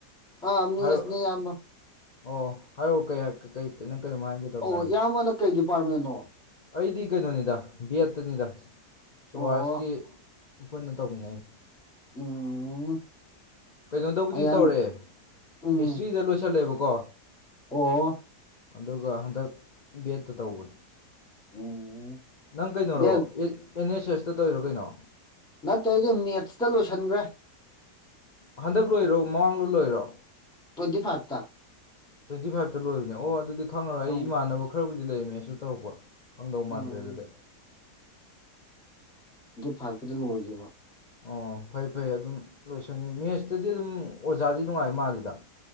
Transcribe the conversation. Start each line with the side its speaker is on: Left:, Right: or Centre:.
Centre: ꯑ ꯃꯤꯁꯅꯦ
Left: ꯍꯥꯏꯔꯛꯑꯣ
Centre: ꯌꯥꯝꯌꯥꯝꯕ
Left: ꯑꯣ ꯍꯥꯏ ꯀꯩ ꯀꯩ ꯅꯪ ꯀꯩꯅꯣꯝ ꯍꯥꯏꯒꯦ ꯇꯧꯗꯥꯏꯅꯦ
Centre: ꯑꯣ ꯏꯌꯥꯝꯕꯅ ꯀꯩ ꯗꯤꯄꯥꯔꯠꯃꯦꯟꯅꯣ
Left: ꯑꯩꯗꯤ ꯀꯩꯅꯣꯅꯤꯗ ꯕꯦꯠꯇꯅꯤꯗ ꯁꯨꯕꯥꯁꯀꯤ
Centre: ꯑꯣ
Left: ꯄꯨꯟꯅ ꯇꯧꯃꯤꯟꯅꯩ
Centre: ꯎꯝ
Left: ꯀꯩꯅꯣꯗꯕꯨꯗꯤ
Centre: ꯑꯌꯥꯝ
Left: ꯇꯧꯔꯛꯑꯦ
Centre: ꯎꯝ
Left: ꯍꯤꯁꯇ꯭ꯔꯤꯗ ꯂꯣꯏꯁꯤꯜꯂꯦꯕꯀꯣ
Centre: ꯑꯣ
Left: ꯑꯗꯨꯒ ꯍꯟꯗꯛ ꯕꯦꯠꯇ ꯇꯧꯕꯅꯤ
Centre: ꯎꯝ
Left: ꯅꯪ ꯀꯩꯅꯣꯔꯣ
Centre: ꯕꯦꯜ
Left: ꯑꯦꯟ ꯑꯦꯁ ꯑꯦꯁꯇ ꯇꯧꯔꯣ ꯀꯩꯅꯣ
Centre: ꯅꯠꯇꯦ ꯑꯩꯁꯦ ꯃꯦꯠꯁꯇ ꯂꯣꯏꯁꯟꯈ꯭ꯔꯦ
Left: ꯍꯟꯗꯛ ꯂꯣꯏꯔꯣ ꯃꯃꯥꯡꯗ ꯂꯣꯏꯔꯣ
Centre: ꯀꯗꯤ ꯐꯔ ꯇ
Left: ꯇ꯭ꯋꯦꯟꯇꯤ ꯐꯥꯏꯚꯇ ꯂꯣꯏꯕꯅꯦ ꯑꯣ ꯑꯗꯨꯗꯤ ꯈꯪꯉꯔꯣꯏ
Centre: ꯎꯝ
Left: ꯑꯩ ꯏꯃꯥꯟꯅꯕ ꯈꯔꯕꯨꯗꯤ ꯂꯩꯔꯝꯃꯦꯁꯨ ꯇꯧꯔꯛꯄ ꯈꯪꯗꯧ
Centre: ꯎꯝ
Left: ꯃꯥꯟꯗ꯭ꯔꯦ ꯑꯗꯨꯗꯤ
Centre: ꯐꯜ ꯐꯗꯨꯅꯨꯡꯣꯏꯖ
Left: ꯑꯣ ꯐꯩ ꯐꯩ ꯑꯗꯨꯝ ꯂꯣꯏꯁꯟꯉꯦ ꯃꯦꯠꯁꯇꯗꯤ ꯑꯗꯨꯝ ꯑꯣꯖꯥꯗꯤ ꯅꯨꯡꯉꯥꯏ ꯃꯥꯜꯂꯤꯗ